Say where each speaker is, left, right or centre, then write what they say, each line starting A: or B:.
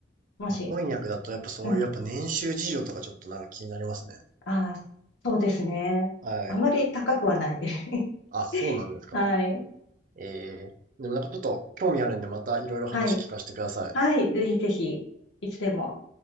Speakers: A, on the left; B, on the right.
A: もし
B: まあ翻訳だとやっぱそういうやっぱ年収事情とかちょっとなんか気になりますね。
A: うん。ああ、そうですね。
B: はい。
A: あまり高くはない。
B: あ、そうなんですか。
A: <laughs> はい。
B: ええ。でもなんかちょっと興味あるんでまたいろいろ話聞かせてください。
A: はい。はい。ぜひぜひ、いつでも。